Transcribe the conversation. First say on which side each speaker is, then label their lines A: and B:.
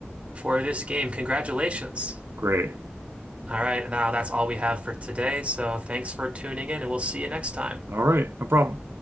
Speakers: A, on the right (about 30°); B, on the right (about 70°).
A: for this game. Congratulations.
B: Great.
A: All right, now that's all we have for today. So thanks for tuning in, and we'll see you next time.
B: All right. No problem.